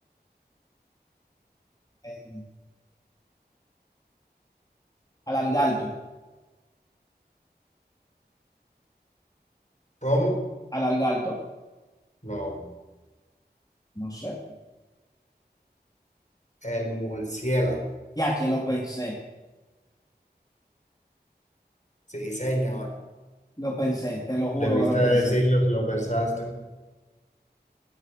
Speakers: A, on the left; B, on the left.
A: Eh, alargalto,
B: ¿Cómo?
A: alargalto,
B: No.
A: no sé.
B: El murciélago.
A: Ya, che, lo pensé,
B: Sí, señor.
A: lo pensé, te lo juro
B: Debiste
A: que lo pensé.
B: decirlo si lo pensaste.